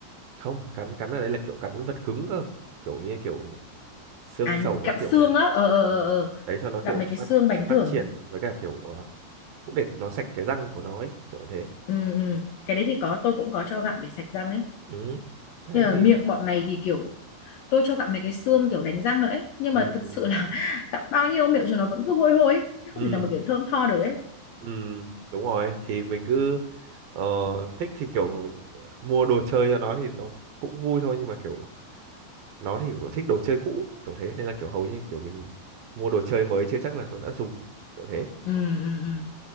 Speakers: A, on the right; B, on the left.
A: không cắn cắn ở đây là kiểu cắn vật cứng cơ kiểu như kiểu xương
B: à
A: sầu
B: cặm
A: các kiểu
B: xương
A: ấy
B: á ờ
A: ừ.
B: ờ
A: ừ.
B: ờ ờ.
A: đấy cho nó
B: gặp
A: kiểu
B: mấy cái
A: phát
B: xương bánh
A: phát
B: thưởng
A: triển với cả kiểu ờ, cũng để nó sạch cái răng của nó ấy kiểu như thế
B: Ừ, ừ. Cái đấy thì có tôi cũng có cho gặm để sạch răng ấy
A: ừ đấy
B: nhưng
A: thì
B: mà miệng bọn này thì kiểu tôi cho gặm mấy cái xương kiểu đánh răng nữa ấy nhưng
A: ừ
B: mà thực
A: ừ
B: sự là <laughs> gặm bao nhiêu miệng cho nó vẫn cứ hôi hôi ấy.
A: ừ
B: không thể nào mà kiểu thơm tho được ấy
A: ừ, đúng rồi thì mình cứ ờ, thích thì kiểu ờ, mua đồ chơi cho nó thì nó cũng vui thôi nhưng mà kiểu nó thì kiểu thích đồ chơi cũ kiểu thế nên là kiểu hầu như kiểu mình mua đồ chơi mới chưa chắc là nó đã dùng kiểu thế
B: ừ, ừ, ừ.